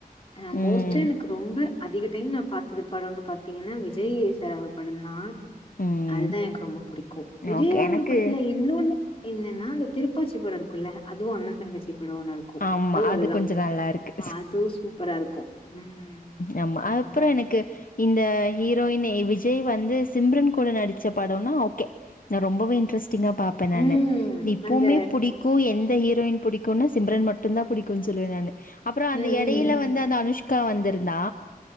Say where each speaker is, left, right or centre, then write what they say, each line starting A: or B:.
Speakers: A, on the left; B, on the left.
A: ஆ
B: ம்.
A: மோஸ்ட்டா எனக்கு ரொம்ப அதிக டைம் நா பாத் திர படோன்னு பாத்தீங்கன்னா விஜய் சாரோட படந்தா
B: ம்
A: அதுதா எனக்கு ரொம்ப புடிக்கு விஜயோட
B: ஓகே எனக்கு
A: படத்துல இன்னோன்னு என்னன்னா அந்த திருப்பாச்சி படோ இருக்குல்ல அதுவு அண்ண தங்கச்சி படோ ஒன்னு இருக்கு
B: ஆமா
A: அதுவு
B: அது
A: அதுதா
B: கொஞ்ச நல்லா இருக்கு
A: அதுவு சூப்பரா இருக்கு ம்
B: யம்
A: அதுதா
B: ஆல்ப்புறனிக் கு இந்த ஹீரோயின் விஜய் வந்து சிம்ரன் கூட நடிச்ச படோன்னா ஓகே நா ரொம்பவே இன்ட்ரெஸ்டிங்கா பாப்பே நானு
A: ம்
B: இப்பவுமே
A: அந்த
B: புடி கூ எந்த ஹீரோயின் புடிக்குன்னா சிம்ரன் மட்டு தா புடிக்குன் சொல்லுவே நானு அப்புற அந்த
A: ம்
B: எடையில
A: ம்
B: வந்த அனுஷ்கா வந்திருந்தா